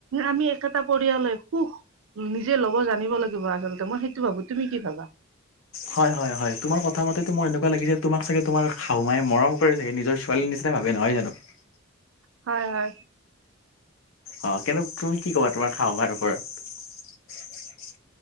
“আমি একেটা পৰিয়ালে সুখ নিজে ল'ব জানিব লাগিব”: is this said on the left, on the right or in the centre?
Right